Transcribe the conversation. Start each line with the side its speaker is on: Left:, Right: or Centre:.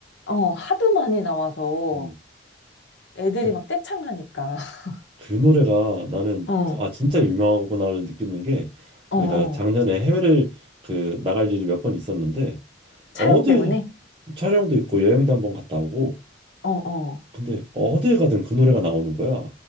Left: 어, 하도 많이 나와서
Right: 음.
Left: 애들이
Right: 그,
Left: 막 떼창하니까. <laughs>
Right: 그 노래가 나는
Left: 어,
Right: 아 진짜 유명하구나를 느끼는 게
Left: 어,
Right: 내가
Left: 어.
Right: 작년에 해외를 그 나갈 일이 몇 번 있었는데 어딜
Left: 촬영 때문에?
Right: 촬영도 있고 여행도 한 번 갔다 오고
Left: 어, 어.
Right: 근데 어딜 가든 그 노래가 나오는 거야.